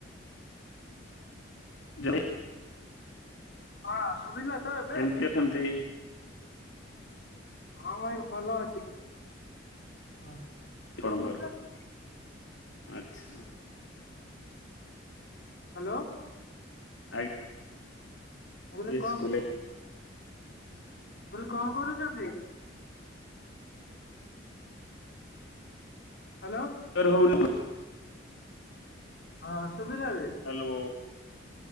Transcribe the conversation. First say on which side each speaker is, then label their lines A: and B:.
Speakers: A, on the left; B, on the left.
A: ଜୟ
B: ହଁ ଶୁଭିଲା ତ ଏବେ?
A: କେମିତି ଅଛନ୍ତି
B: ହଁ ଭାଇ ଭଲ ଅଛି। ହଁ।
A: ଆପଣଙ୍କର?
B: କଣ କରୁଛନ୍ତି
A: ଆଚ୍ଛା।
B: ହାଲୋ।
A: ଆ
B: ମୁଁ କହିଲି
A: ଡିସ୍
B: କଣ
A: ସ୍କୁଲେ
B: ମୁଁ କହିଲି କଣ କରୁଛନ୍ତି? ହ୍ୟାଲୋ
A: ତୋର ହୋଉନି ପ୍ରା
B: ହଁ। ଶୁଭିଲା ଏବେ
A: ହ୍ୟାଲୋ।